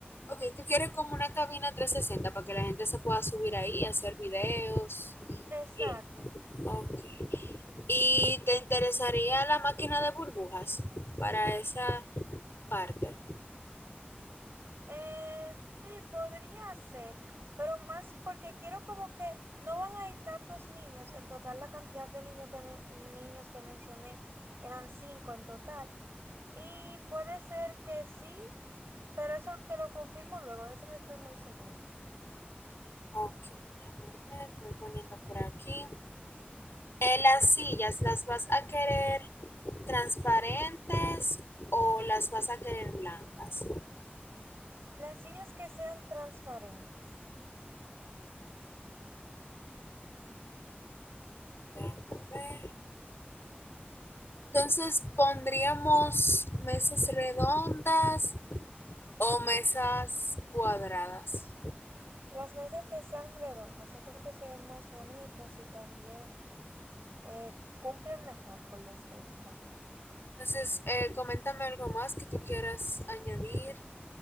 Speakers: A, on the left; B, on the right.
A: Ok, tú quieres como una cabina 360 para que la gente se pueda subir ahí, hacer videos.
B: Exacto.
A: y- Ok. ¿Y te interesaría la máquina de burbujas para esa parte?
B: Eh, sí, podría ser, pero más porque quiero como que no van a ir tantos niños. En total, la cantidad de niños que, me- niños que mencioné eran cinco en total. Y puede ser que sí, pero eso te lo confirmo luego, de eso no estoy muy seguro.
A: Ok, déjame ver, voy poniendo por aquí. Eh, las sillas, ¿las vas a querer transparentes o las vas a querer blancas?
B: Las sillas que sean transparentes,
A: Déjame ver. Entonces pondríamos mesas redondas o mesas cuadradas.
B: las mesas que sean redondas, siento que se ven más bonitas y también eh, cumplen mejor con la estética realmente.
A: Entonces, eh, coméntame algo más que tú quieras añadir.